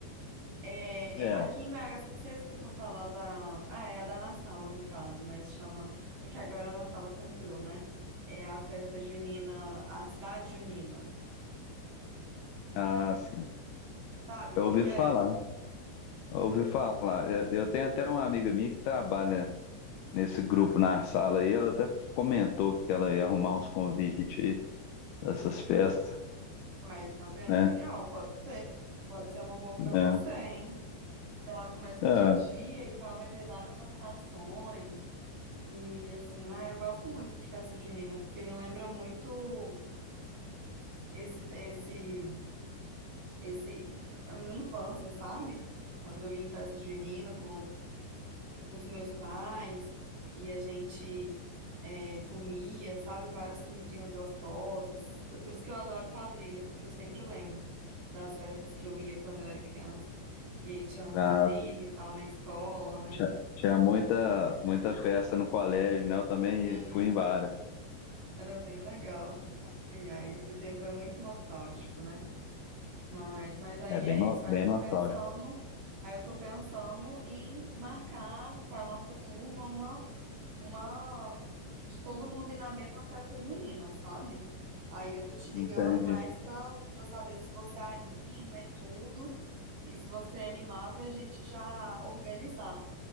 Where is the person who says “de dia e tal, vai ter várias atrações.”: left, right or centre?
Right